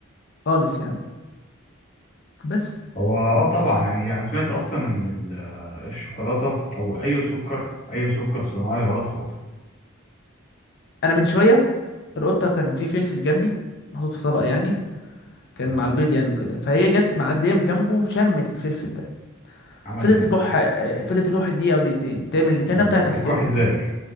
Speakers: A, on the left; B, on the left.
A: خالص يعني بس
B: هو اه طبعا يعني أنا سمعت أصلا إن ال- الشوكولاتة أو أي سكر أي سكر صناعي غلط على القطط
A: انا من شويه القطه كان في فلفل جنبي محطوط في طبق يعني كان
B: تمام
A: مع البيض يعني وكده فهي جت معديه من جنبه شمت الفلفل ده
B: عملت
A: فضلت
B: إيه؟
A: تكح آه، فضلت تكح دقيقه او دقيقتين تعمل اللي كانها
B: طب
A: بتعطس
B: بتكح
A: كده
B: إزاي؟